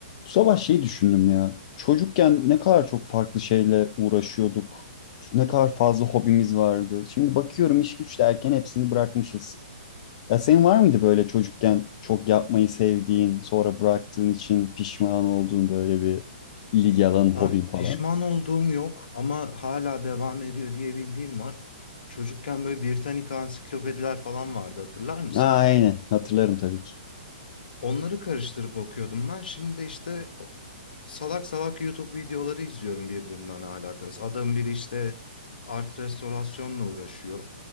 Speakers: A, on the left; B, on the left.
A: Bu sabah şey düşündüm ya. Çocukken ne kadar çok farklı şeyle uğraşıyorduk. Ne kadar fazla hobimiz vardı. Şimdi bakıyorum iş güç derken hepsini bırakmışız. Ya senin var mıydı böyle çocukken çok yapmayı sevdiğin, sonra bıraktığın için pişman olduğun böyle bir ilgi alanın, hobin
B: Abi
A: falan?
B: pişman olduğum yok ama hala devam ediyor diye bildiğim var. Çocukken böyle Britannica ansiklopediler falan vardı hatırlar mısın?
A: Aa, aynen hatırlarım tabii ki.
B: Onları karıştırıp okuyordum ben. Şimdi işte o- salak salak YouTube videoları izliyorum birbirinden alakası. Adam biri işte art restorasyonla uğraşıyor.